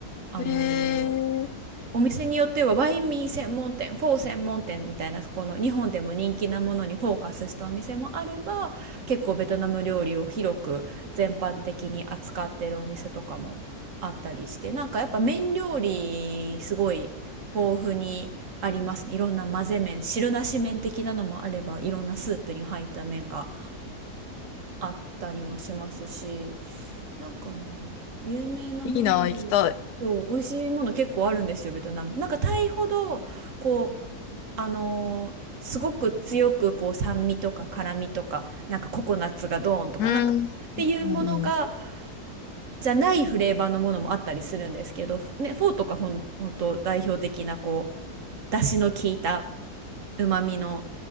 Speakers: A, on the right; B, on the left.
A: あのー
B: えー、
A: お店によってはワインミー専門店、フォー専門店みたいな、この日本でも人気なものにフォーカスしたお店もあれば、結構ベトナム料理を広く全般的に扱ってるお店とかもあったりして、なんかやっぱ麺料理すごい豊富にありますね。いろんな混ぜ麺、汁なし麺的なのもあれば、いろんなスープに入った麺があったりもしますし、なんかね、有名なもので言うと、
B: いいな、行きたい。
A: そう、美味しいもの結構あるんですよ、ベトナム。なんかタイほど、こう、あのーすごく強くこう酸味とか辛味とか、なんかココナッツがドーンとか、
B: うん。
A: なんかっていうものが、
B: うん。い
A: じゃないフレーバーのものもあったりするんですけど、ね、フォーとかほん、ほんと代表的なこう、出汁の効いたうまみの